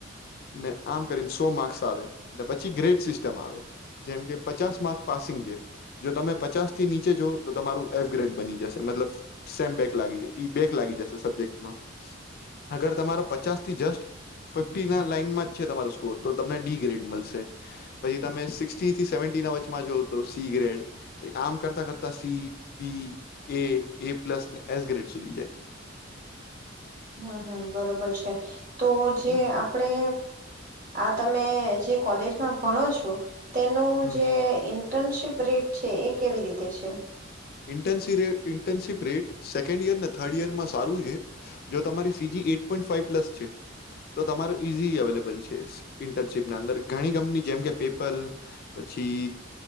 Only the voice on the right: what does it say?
હમ હમ બરોબર છે.. તો જે
આપડે આ તમે જે કોલેજમાં ભણો છો. તેનું
જે ઇન ઈટર્નશીપ રેટ છે એ કેવી રીતે છે?